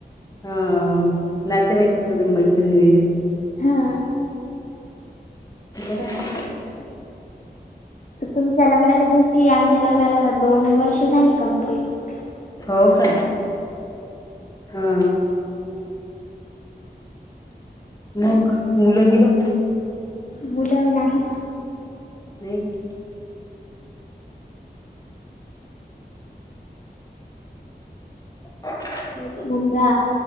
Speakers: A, on the left; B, on the left.
A: हा, नातेवाई असेल मैत्रिण वगैरे.
B: हा
A: बरंय
B: तुमच्या लग्नाच्या दिवशी आमच्या लग्नाला दोन वर्ष झाले कंप्लीट.
A: हो का? हा. मग मुलं बिलं?
B: मुलं नाही.
A: नाही का? हम्म
B: मुलगा